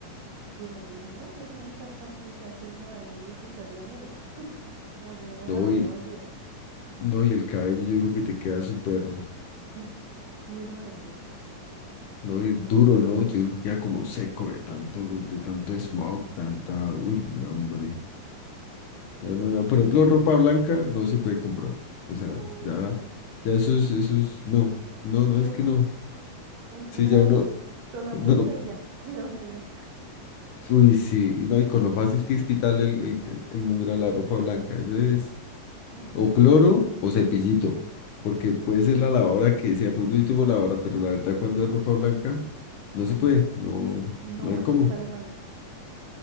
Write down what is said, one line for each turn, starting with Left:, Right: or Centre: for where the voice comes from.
Right: Bueno, yo dije, no, yo no voy a estar tan sucia. Fui y me bañé y eso salía negro. <laughs> Como si no me hubiera
Left: no,
Right: bañado
Left: y,
Right: en días.
Left: no, y el cabello yo creo que te queda súper,
Right: Sí, lleno de mugre.
Left: no, y duro, ¿no? Yo creo que queda como seco de tanto, de tanto smog, tanta, uy, no, hombre. No, no, no. Por ejemplo, ropa blanca no se puede comprar. O
Right: No,
Left: sea, ya, ya esos, esos, no, no,
Right: ni
Left: no,
Right: loco.
Left: es que no.
Right: Un-
Left: Sí,
Right: una
Left: ya uno, <laughs>
Right: sola
Left: no,
Right: puesta
Left: lo-
Right: y ya <laughs> quedó negra.
Left: uy, sí, y no, y con lo fácil que es quitarle el, el, el el mugre a la ropa blanca. Eso es
Right: Ay, no,
Left: o cloro o cepillito, porque puede ser la lavadora que sea, por ejemplo, yo tengo lavadora, pero la verdad cuando es ropa blanca, no se puede, no,
Right: No,
Left: no hay
Right: antes
Left: cómo.
Right: sale más negra.